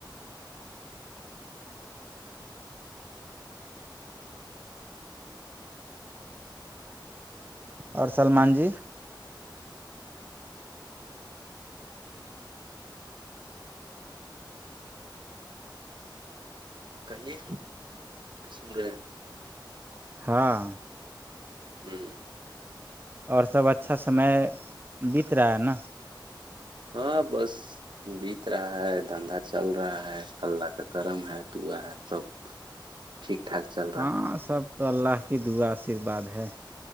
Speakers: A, on the right; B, on the right.
A: اور سلمان جی
B: کہیے سن رہے ہیں
A: ہاں
B: ہوں
A: اور سب اچھا سمے بیت رہا ہے نا
B: ہاں بس بیت رہا ہے دھندا چل رہا ہے اللہ کا کرم ہے توعا ہے سب ووغ ٹھیکٹاک چل
A: ہاں سب تو اللہ کی دعا آشیررواد ہے